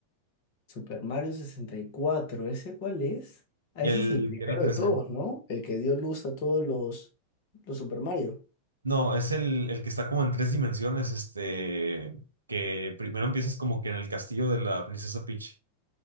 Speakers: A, on the left; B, on the right.
A: Super Mario sesenta y cuatro, ¿ese cuál es? Ah, ese
B: el
A: es el primero
B: que era tres
A: de todos,
B: d
A: ¿no? El que dio luz a todos los, los Super Mario.
B: No, es el, el que está como en tres dimensiones, este, que primero empiezas como que en el castillo de la princesa Peach,